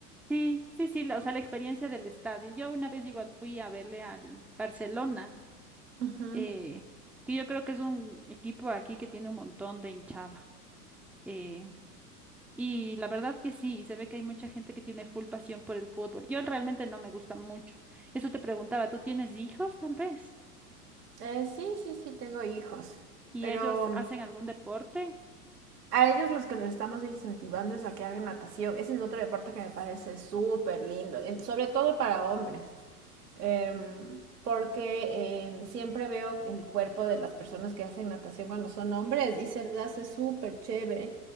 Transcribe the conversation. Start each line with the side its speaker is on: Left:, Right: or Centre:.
Centre: Sí, sí, sí, la- o sea, la experiencia del estadio. Yo una vez igual fui a verle al Barcelona,
Right: Ujú.
Centre: eh, que yo creo que es un equipo aquí que tiene un montón de hinchada. eh, y la verdad que sí, se ve que hay mucha gente que tiene full pasión por el fútbol. Yo realmente no me gusta mucho. Eso te preguntaba, ¿tú tienes hijos tal vez?
Right: Eh, sí, sí, sí, tengo hijos,
Centre: ¿Y
Right: pero
Centre: ellos
Right: mm,
Centre: hacen algún deporte?
Right: a ellos los que les estamos incentivando es a que hagan natación. Ese es otro deporte que me parece súper lindo, en- sobre todo para hombres eh, porque eh, siempre veo el cuerpo de las personas que hacen natación cuando son hombres
Centre: Sí.
Right: y se les hace súper chévere.